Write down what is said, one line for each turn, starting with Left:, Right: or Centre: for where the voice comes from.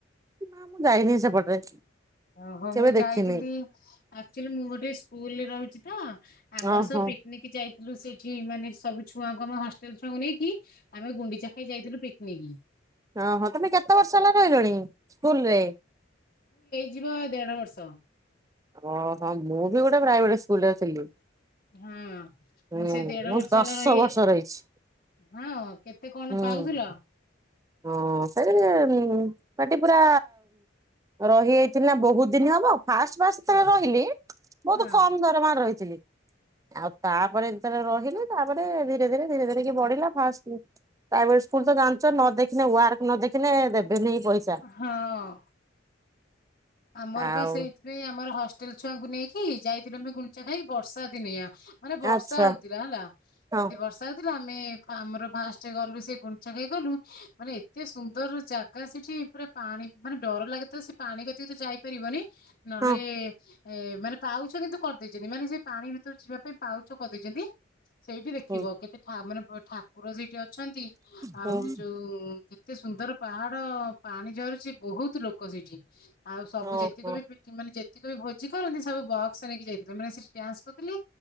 Right: ନା ମୁଁ ଯାଇନି ସେପଟରେ।
Left: ଓହୋ
Right: କେବେ
Left: ମୁଁ
Right: ଦେଖିନି
Left: ଯାଇଥିଲି ଆକ୍ଚୁଲି ମୁଁ ଗୋଟେ ସ୍କୁଲରେ ରହୁଚି ତ ଆମର
Right: ଓହୋ
Left: ସବୁ ପିକନିକ ଯାଇ ଲୋ ସେଇଠି ମାନେ ସବୁ ଛୁଆଙ୍କୁ ଆମ ହଷ୍ଟେଲ ଛୁଆଙ୍କୁ ନେଇକି ଆମେ ଗୁଣ୍ଡି ଚାଖାଇ ଯାଇଥିଲୁ ପି ନେଇକି।
Right: ଓ ହଁ ତୁମେ କେତେ ବର୍ଷ ହେଲା ରହିଲଣି ସ୍କୁଲରେ?
Left: ଯିବ ଦେଢ ବର୍ଷ।
Right: ଓହୋ ମୁଁ ବି ଗୋଟେ ପ୍ରାଇଭେଟ ସ୍କୁଲରେ ଥିଲି।
Left: ହଁ।
Right: ହୁଁ
Left: ମୁଁ ସେ ଦେଢ
Right: ମୁଁ
Left: ବର୍ଷ
Right: ଦଶ
Left: ହେଲା ରହି,
Right: ବର୍ଷ ରହିଛି
Left: ହଁ କେତେ କଣ
Right: ହୁଁ
Left: ପାଉଥିଲ?
Right: ହଁ ସେ ସେଟି ପୁରା ରହିଯାଇଥିଲି ନା ବହୁତ ଦିନ ହବ। ଫାଷ୍ଟ ଫାଷ୍ଟ
Left: ହଁ
Right: ଟା ରହିଲି ବହୁତ
Left: ହଁ
Right: କମ ଦରମାର ରହି ଥିଲି। ଆଉ ତା ପରେ ରହିଲି ତାପରେ ଧୀରେ ଧୀରେ ଧୀରେ ଧୀରେ କି ବଢିଲା ଫା ପ୍ରାଇଭେଟ ସ୍କୁଲ ତ ଜାଣିଛ। ନା ୱାର୍ଡ ନ ଦେଖିଲେ ଦେବେନି ପଇସା।
Left: ହଁ ଆମର
Right: ଆଉ
Left: ପା ସେଇଥିପାଇଁ ଆମର ହସ୍ ଟେଲ୍ ଛୁଆଙ୍କୁ ନେଇକି ଯାଇଥିଲୁ ଆମେ ଗୁଣ୍ଡିଚା ଖାଇ। ବର୍ଷା ଦିନିଆ ମାନେ ବର୍ଷା
Right: ଆଚ୍ଛା
Left: ହଉଥିଲା ହେଲା।
Right: ହଁ
Left: ଯଦି ବର୍ଷା ହଉଥିଲା ଆମେ ଆମର ଫାଷ୍ଟ ଗଲୁ ସେ ଗୁଣ୍ଡିଚା ଘାଇ ଗଲୁ ମାନେ ଏତେ ସୁନ୍ଦର ଜାଗା ସେଠି ପୁରା ପାଣି ମାନେ ଡର ଲାଗେ ତ ସେ ପାଣି କ ତି ତ ଯାଇପାରିବନି। ନହେଲେ
Right: ହଁ
Left: ଏ ମାନେ? ପାଉଛ କିନ୍ତୁ କରିଦେଇଚନ୍ତି ମାନେ ସେ ପାଣି ଭିତରୁ ଯିବା ପାଇଁ ପାଉଛ କରିଦେଇଚନ୍ତି। ସେଇଠି ଦେଖିବ
Right: ହୁଁ
Left: କେତେ ଠା ମାନେ ବ ଠା। ଗୃହ ଶିକ୍ଷକ। ଅଛନ୍ତି। ଆଉ
Right: ହୁଁ
Left: ଯୋଉ ଏତେ ସୁନ୍ଦର ପାହାଡ ପାଣି ଝରୁଛି ବହୁତ ଲୋକ ସେଇଠି। ଆଉ ସବୁ
Right: ଓହୋ
Left: ଯେତିକି ବି ପିକି ମାନେ ଯେତିକି ବି ଭୋ ଜି କରନ୍ତି ସବୁ ବକ୍ସ ନେଇକି ଯାଇଥିଲେ ମାନେ ସେଠି ଡ୍ୟାନ୍ସ କରୁଥିଲେ।